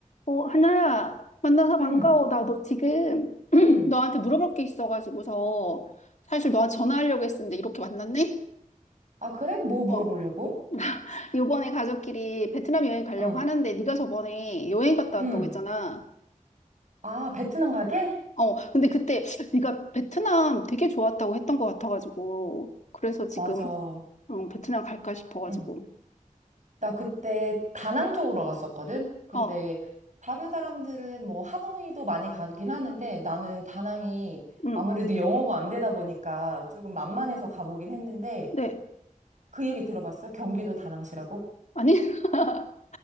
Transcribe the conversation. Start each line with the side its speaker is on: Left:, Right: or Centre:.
Left: 어, 하나야, 만나서
Right: 음,
Left: 반가워. 나 너 지금 <clears throat>
Right: 음.
Left: 너한테 물어볼 게 있어가지고서 사실 너한테 전화하려고 했었는데 이렇게 만났네?
Right: 아, 그래? 뭐 물어보려고?
Left: 어. <laughs> 이번에 가족끼리 베트남 여행 가려고
Right: 어,
Left: 하는데 네가 저번에 여행 갔다
Right: 음.
Left: 왔다고 했잖아.
Right: 아, 베트남 가게?
Left: 어, 근데 그때 네가 베트남 되게 좋았다고 했던 것 같아가지고 그래서 지금
Right: 맞아.
Left: 음, 베트남 갈까 싶어가지고.
Right: 응. 나 그때 다낭 쪽으로 갔었거든? 근데
Left: 어,
Right: 다른 사람들은 뭐 하노이도 많이 가긴 하는데 나는 다낭이
Left: 응,
Right: 아무래도 영어가 안 되다 보니까 조금 만만해서 가보긴 했는데
Left: 네.
Right: 그 얘기 들어봤어? 경기도 다낭시라고?
Left: 아니, <laughs>